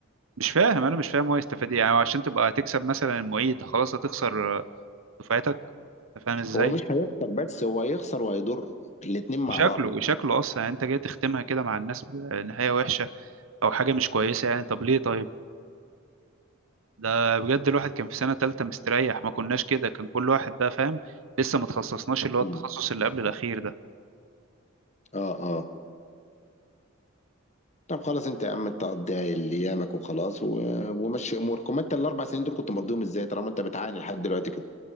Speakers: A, on the right; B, on the left.
A: مش فاهم انا مش فاهم هو يستفاد ايه يعني هو عشان تبقى هتكسب مثلا المعيد خلاص هتخسر دفعتك انت فاهم ازاي
B: هو مش هيخسر بس هو هيخسر وهيضر الاتنين مع
A: شكله
B: بعض
A: شكله اصلا يعني انت جاي تختمها كده مع الناس بنهايه وحشه او حاجه مش كويسه يعني طب ليه طيب ده بجد الواحد كان في سنه تالتة مستريح ما كناش كده كان كل واحد بقى فاهم لسه ما تخصصناش اللي هو
B: مم.
A: التخصص اللي قبل الاخير ده
B: اه اه طب خلاص انت يا عم انت قضيها ايامك وخلاص و... ومشي امورك وما انت الاربع سنين دول كنت مقضيهم ازاي طالما انت بتعاني لحد دلوقتي كده